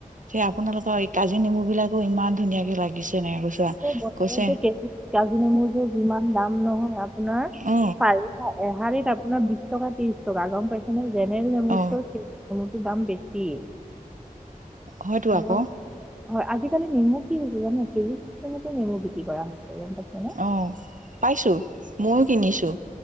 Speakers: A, on the right (about 60°); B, in the centre.
A: আপোনালোকৰ, এই কাজি নেমু বিলাকো ইমান ধুনীয়াকে লাগিছে। এনেকে কৈছো
B: বজাৰতে
A: কৈছে
B: কে কাজি নেমুযোৰ যিমান দাম নহয়, আপোনাৰ
A: অ
B: পাৰি <unintelligible> আপোনাৰ বিশ টকা, ত্ৰিশ টকা গম পাইছে নে, জেনেল নেমুৰটো
A: অ
B: নেমুৰটোৰ দাম বেছি।
A: হয়তো আকৌ
B: মোৰ, হয়, আজিকালি নেমু কি হৈছে জানে, কেজতো নেমু বিক্ৰী কৰা হৈছে গাম পাইছে নে
A: অ', পাইছো ময়ো কিনিছো।